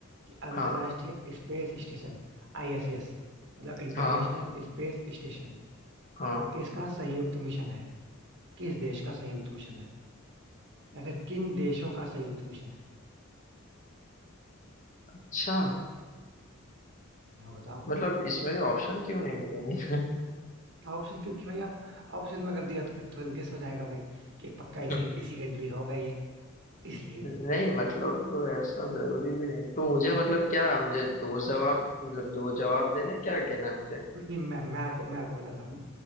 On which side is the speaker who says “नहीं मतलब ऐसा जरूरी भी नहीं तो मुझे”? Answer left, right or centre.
Left